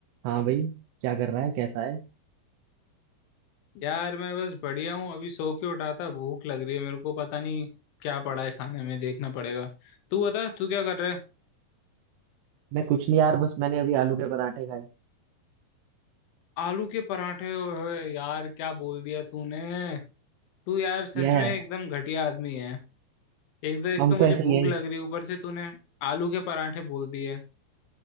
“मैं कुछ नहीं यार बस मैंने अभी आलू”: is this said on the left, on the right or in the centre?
Right